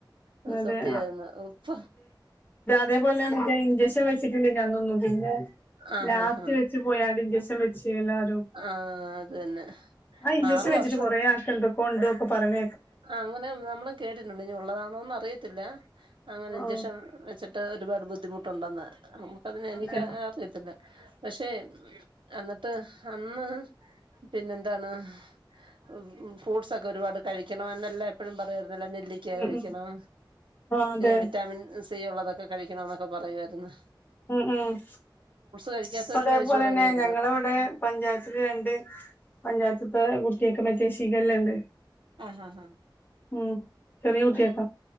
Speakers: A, on the right; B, on the left.
A: അത്
B: അതെ
A: സത്യായിരുന്നു ഉപ്പ
B: തേപോലെ മറ്റേ ഇഞ്ചശൻ വെച്ചിട്ടില്ലാനാതൊന്നു പിന്നെ
A: ആഹ്
B: ലാസ്റ്റ്
A: ആഹ് ആഹ്
B: വെച്ച് പോയാട് ഇൻജെഷൻ വെച്ച് എല്ലാരു
A: ആഹ് അത് തന്നെ
B: ആ ഇഞ്ചഷൻ
A: ആറ്
B: വെച്ചിട്ട്
A: വർഷം
B: കൊറേ ആൾക്ക് എന്തൊക്കോണ്ട്‌ ഒക്കെ പറണ
A: അങ്ങനെ നമ്മളും കേട്ടിട്ടുണ്ട് ഇനി ഉള്ളതാണോന്നറിയത്തില്ല അങ്ങനെ
B: ആഹ്
A: ഇഞ്ചെഷൻ വെച്ചിട്ട് ഒരുപാട് ബുദ്ധിമുട്ടുണ്ടെന്ന് നമുക്കതിനെ എനിക്ക്
B: അതെ
A: അറിയത്തില്ല പക്ഷെ അന്ന്ട്ട് അന്ന് പിന്നെന്താണ് ഉം ഫ്രൂട്ട്സ് ഒക്കെ ഒരുപാട് കഴിക്ക ക്കണമെന്നല്ല എപ്പഴും പറയാരുന്നല്ലോ നെല്ലിക്ക
B: ഉം
A: കഴിക്കണം
B: ഉം ആ അതെ
A: വിറ്റാമിൻ സി ഉള്ളതൊക്ക ക്കെ കഴിക്കണന്നൊക്കെ പറയാരുന്നു
B: ഉം ഉം
A: കഴിക്കാത്തവരും
B: അതേപോലെന്നെ
A: കഴിച്ചു തുടങ്ങിയായിരുന്നു
B: ഞങ്ങളിവിടെ പഞ്ചായത്തില് രണ്ട് പഞ്ചായത്ത്ത്തെ ഒക്കെ മറ്റെ ശിഗല്ലാണ്ട് <unintelligible>
A: ആഹാ ഹാ
B: ഉം ചെറിയ കുട്ടിയക്കാ